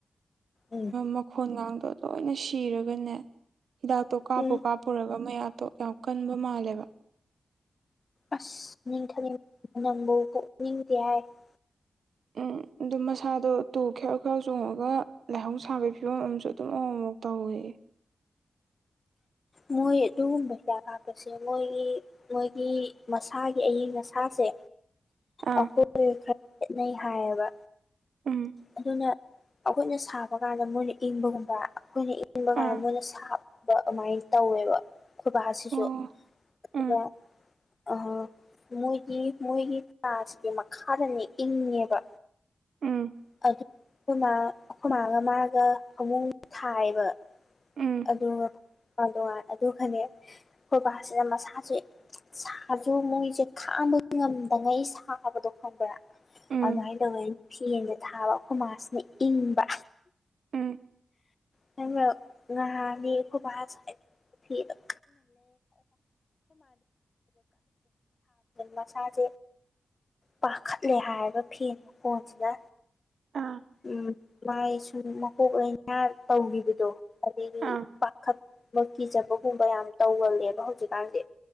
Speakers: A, on the left; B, on the right.
A: ꯎꯝ
B: ꯃꯈꯣꯟꯒꯥꯡꯗꯣ ꯂꯣꯏꯅ ꯁꯤꯔꯒꯅꯦ ꯍꯤꯗꯥꯛꯇꯣ ꯀꯥꯞꯄꯨ
A: ꯎꯝ
B: ꯀꯥꯞꯄꯨꯔꯒ ꯃꯌꯥꯛꯇꯣ ꯌꯥꯝ ꯀꯟꯕ ꯃꯥꯜꯂꯦꯕ
A: ꯑ꯭ꯁ ꯃꯤ <unintelligible> ꯊ <unintelligible> ꯅꯕꯨ <unintelligible> ꯀꯌꯥꯏ <unintelligible>
B: ꯎꯝ ꯑꯗꯨ ꯃꯁꯥꯗꯣ ꯇꯨ ꯈ꯭ꯌꯥꯎ ꯈ꯭ꯌꯥꯎ ꯆꯣꯡꯉꯒ ꯂꯥꯏꯍꯧ ꯁꯥꯕꯒꯤ ꯐꯤꯕꯝ ꯑꯃꯁꯨ ꯑꯗꯨꯝ ꯑꯃꯨꯛ ꯃꯨꯛ ꯇꯧꯋꯦꯌꯦ
A: ꯃꯣꯏ ꯑꯗꯨꯒꯨꯝꯕ ꯍꯤꯗꯥꯛ ꯀꯥꯞꯄꯁꯦ ꯃꯣꯏꯒꯤ ꯃꯣꯏꯒꯤ ꯃꯁꯥꯒꯤ ꯑꯏꯪ ꯑꯁꯥꯁꯦ
B: ꯑꯥ
A: ꯑꯩꯈꯣꯏ <unintelligible> ꯈꯔ <unintelligible> ꯈꯦꯅꯩ <unintelligible> ꯍꯥꯏꯌꯦꯕ
B: ꯎꯝ
A: ꯑꯗꯨꯅ ꯑꯩꯈꯣꯏꯅ ꯁꯥꯕ ꯀꯥꯟꯗ ꯃꯣꯏꯅ ꯏꯪꯕꯒꯨꯝꯕ ꯑꯩꯈꯣꯏꯅ ꯏꯪꯕ ꯀꯥꯟꯗ
B: ꯑꯥ
A: ꯃꯣꯏꯅ ꯁꯥꯕ <unintelligible> ꯑꯗꯨꯃꯥꯏꯅ ꯇꯧꯋꯦꯕ ꯈꯨꯣꯏꯕꯥꯁꯤꯁꯨ
B: ꯑꯣ
A: ꯑꯗꯨꯒ
B: ꯎꯝ
A: ꯑ ꯃꯣꯏꯒꯤ ꯃꯣꯏꯒꯤ ꯀꯥꯁꯤꯗꯤ ꯃꯈꯥꯗꯅꯦ ꯏꯪꯉꯦꯕ
B: ꯎꯝ
A: <unintelligible> ꯑꯩꯈꯣꯏꯃꯒ <unintelligible> ꯃꯥꯒ ꯐꯃꯨꯡ ꯊꯥꯏꯕ
B: ꯎꯝ
A: ꯑꯗꯨꯒ ꯉꯥꯟ <unintelligible> ꯇꯣꯉꯥꯟ <unintelligible> ꯑꯗꯨꯒꯅꯦ ꯈꯣꯏꯕꯥꯁꯤꯅ ꯃꯁꯥꯁꯦ ꯁꯥꯖꯨ ꯃꯣꯏꯁꯦ ꯈꯥꯡꯕ ꯉꯝꯗꯉꯩ ꯁꯥꯕꯗꯣ ꯈꯪꯕ꯭ꯔꯥ
B: ꯎꯝ
A: ꯑꯗꯨꯃꯥꯏꯅ ꯇꯧꯕꯩ ꯐꯦꯟꯁꯦ ꯊꯥꯕ ꯈꯣꯏꯃꯥꯁꯤꯅ ꯏꯪꯕ
B: ꯎꯝ
A: ꯅꯪꯔꯣ ꯅꯍꯥꯟꯗꯤ ꯑꯩꯈꯣꯏ <inaudible> <inaudible> <inaudible> ꯃꯁꯥꯁꯦ ꯄꯥꯈꯠꯂꯦ ꯍꯥꯏꯕ ꯐꯦꯟ ꯃꯈꯣꯟꯁꯤꯒ
B: ꯑꯥ
A: ꯎꯝ ꯃꯥꯏ ꯁꯨꯝ ꯃꯀꯣꯛ ꯂꯥꯏꯅꯥ ꯇꯧꯒꯤꯕꯗꯣ ꯑꯗꯨꯒꯤ
B: ꯑꯥ
A: ꯄꯥ ꯈꯠ ꯑ ꯀꯤꯖꯕꯒꯨꯝꯕ ꯌꯥꯝ ꯇꯧꯒꯜꯂꯦꯕ ꯍꯧꯖꯤꯛ ꯀꯥꯟꯁꯦ